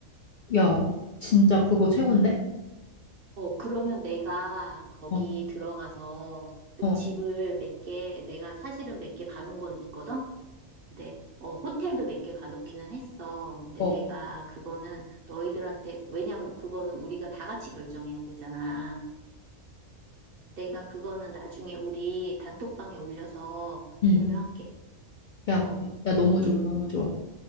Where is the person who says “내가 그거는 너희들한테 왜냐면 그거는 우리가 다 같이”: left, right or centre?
Right